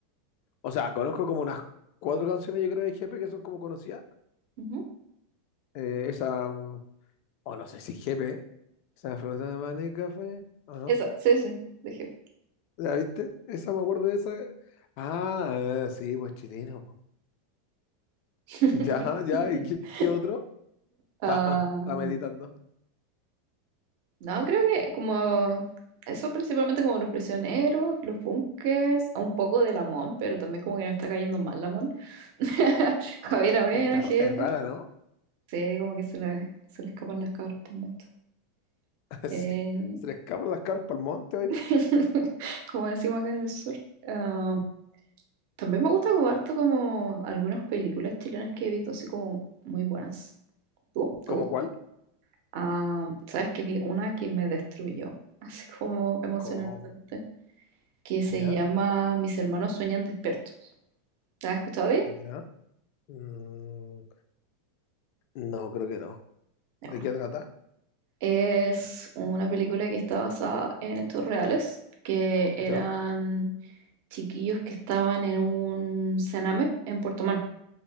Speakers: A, on the left (about 50°); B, on the right (about 55°).
A: O sea, conozco como unas cuatro canciones, yo creo, de jefe que son como conocidas.
B: Ujú.
A: Eh, esa. mm, O no sé si GP, esa flota de maní y café, o no.
B: Esa, sí, sí, dije.
A: ¿La viste? Esa me acuerdo de esa. Ah, eh, sí, pues chileno. po.
B: <laughs>
A: Ya, ya, ¿y qué, qué otro?
B: Ah,
A: <laughs> Está, está meditando.
B: no, creo que como eso principalmente como los prisioneros, los bunkers, un poco de Lamón, pero también como que me está cayendo mal Lamón. <laughs> Javier Avena,
A: Está, r-
B: jefe.
A: es rara, ¿no?
B: Sí, como que se le, se le escapan las cabras por el monte.
A: <laughs>
B: Eh,
A: Sí. Se le escapan las carpas al monte, oiga.
B: <laughs> como decimos acá en el sur. Ah, también me gusta como harto como algunas películas chilenas que he visto así como muy buenas. ¿Tú? ¿Te
A: ¿Cómo
B: gusta?
A: cuál?
B: Ah, ¿sabes que vi una que me destruyó, <laughs> así como emocionalmente,
A: ¿Cómo?
B: que se
A: ¿Ya?
B: llama Mis hermanos sueñan despiertos? ¿La has escuchado de ella?
A: ¿Ya? Mm, no, creo que no.
B: Ya,
A: ¿De
B: bueno.
A: qué trata?
B: Es una película que está basada en hechos reales, que eran
A: ¿Ya?
B: chiquillos que estaban en un cename en Puerto Montt.